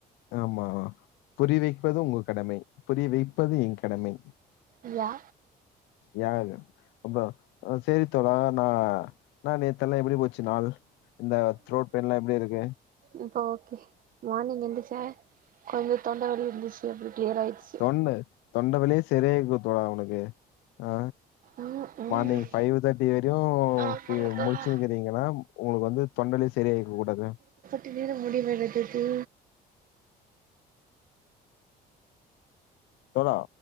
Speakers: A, on the left; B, on the right.
A: ஆமா புரிய வைப்பது உங்க கடமை புரிய வைப்பது என் கடமை
B: இய்யா
A: யாரு ஒங்க அ சேரி தோழா நா ன்னா நேத்தெல்லா எப்டி போச்சு நாள் இந்த த்ரோட் பெய்ன்லா எப்டி இருக்கு
B: இப்ப ஓகே மார்னிங் எந்திச்ச கொஞ்சொ தொண்ட வலி இருந்துச்சு அப்றொ க்ளியர் ஆய்டுச்சு
A: தொண்ட தொண்ட வலியே சரியாயிருக்கு தோழா உனக்கு ஆ
B: ம் ம்
A: மார்னிங் ஃபைவ் தேர்டி வரையு
B: ஆமாங்க
A: ஃபீ
B: தோழா
A: முழிச்சுருக்கிறீங்கனா உங்களுக்கு வந்து தொண்டலி சரியாயிருக்கக்கூடாது
B: தீர முடிவெடுத்துட்டு
A: தோழா